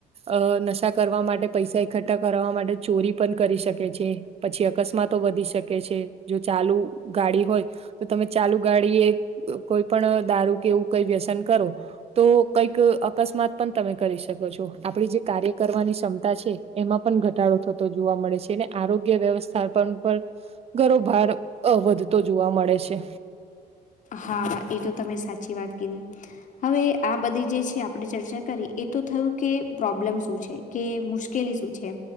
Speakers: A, on the right; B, on the left.
A: અ નશા કરવા માટે પૈસા એકઠ્ઠા કરવા માટે ચોરી પણ કરી શકે છે પછી અકસ્માતો વધી શકે છે જો ચાલુ ગાડી હોય તો તમે ચાલુ ગાડી એ અ કોઈ પણ દારૂ કેવું કઈ વ્યસન કરો. તો કઈક અકસ્માત પણ તમે કરી શકો છો આપડી જે કાર્ય કરવાની ક્ષમતા છે એમાં પણ ઘટ થતો જોવા મળે છે ને આરોગ્ય વ્યવસ્થા પણ પર ઘણો ભાર અ વધતો જોવા મળે છે.
B: હા એ તો તમે સાચી વાત કીધી. હવે આ બધી જે છે આપણે ચર્ચા કરી એ તો થયું કે પ્રોબ્લેમ શું છે? કે મુશ્કેલી શું છે